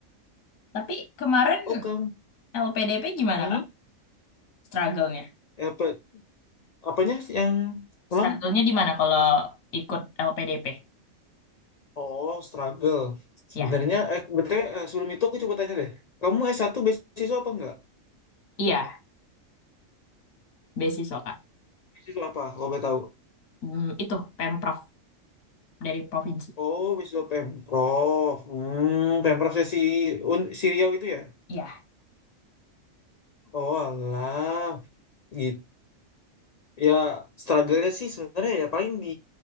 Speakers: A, on the left; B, on the left.
A: Tapi kemarin
B: Oh, kamu.
A: LPDP gimana
B: Hmm?
A: Kak? Struggle-nya?
B: Ya, Apa apanya sih yang pulang?
A: Struggle-nya di mana kalau ikut LPDP?
B: Oh, struggle.
A: Ya,
B: Sebenarnya eh, betul eh, sebelum itu aku coba tanya deh. Kamu s satu beasiswa apa enggak?
A: iya, beasiswa Kak.
B: Beasiswa apa kalau boleh tahu?
A: Hmm, itu Pemprov dari provinsi.
B: Oh, wisuda Pemprov. Hmm, Pemprovnya si, Un, si Riau itu ya?
A: Iya,
B: Oh, alah. Gitu. Ya, struggle-nya sih sebenarnya ya paling di...